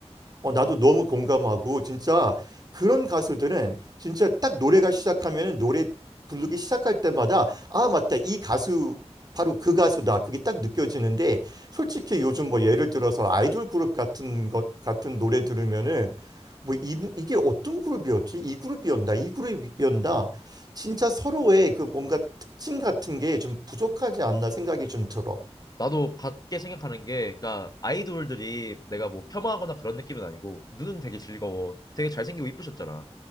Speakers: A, on the right; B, on the left.
A: 어, 나도 너무 공감하고 진짜 그런 가수들은 진짜 딱 노래가 시작하면은 노래 부르기 시작할 때마다 아, 맞다. 이 가수 바로 그 가수다. 그게 딱 느껴지는데 솔직히 요즘 뭐 예를 들어서 아이돌 그룹 같은 것 같은 노래 들으면은 뭐 이, 이게 어떤 그룹이었지? 이 그룹이었나? 이 그룹이었나? 진짜 서로의 그 뭔가 특징 같은 게 좀 부족하지 않나 생각이 좀 들어.
B: 나도 같게 생각하는 게 그러니까 아이돌들이 내가 뭐 폄하하거나 그런 느낌은 아니고 눈은 되게 즐거워. 되게 잘생기고 이쁘셨잖아.